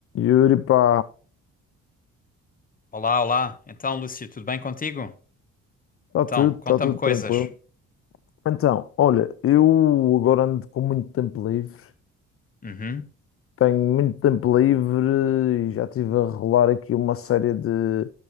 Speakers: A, on the left; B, on the left.
A: Yuri, pá,
B: Olá, olá. Então, Lúcio, tudo bem contigo?
A: está
B: Então,
A: tudo, está
B: conta-me
A: tudo
B: coisas.
A: tranquilo. Então, olha, eu agora ando com muito tempo livre,
B: Uhum,
A: tenho muito tempo livre e já estive a rolar aqui uma série de,